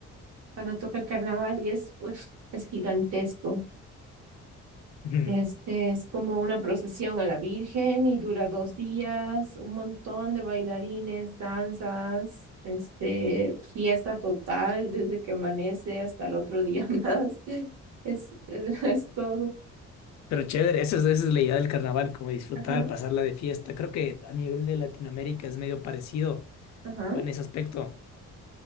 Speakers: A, on the right; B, on the left.
A: cuando toca el carnaval y es, uf, es gigantesco.
B: Ujú.
A: Este es como una procesión a la Virgen y dura dos días, un montón de bailarines, danzas, este, fiesta total desde que amanece hasta el otro día <laughs> más. Es, es todo.
B: Pero chévere, esa es, esa es la idea del carnaval, como disfrutar,
A: Ajá,
B: pasarla de fiesta. Creo que a nivel de Latinoamérica es medio parecido
A: ajá,
B: en ese aspecto.